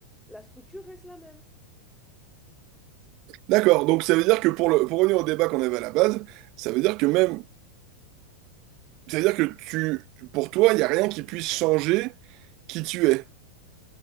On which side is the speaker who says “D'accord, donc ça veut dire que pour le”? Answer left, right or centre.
Right